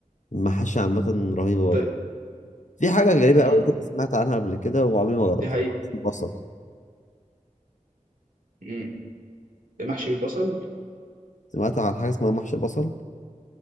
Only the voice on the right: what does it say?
طيب
مم.
دي حقيقة
مم. المحشي بالبصل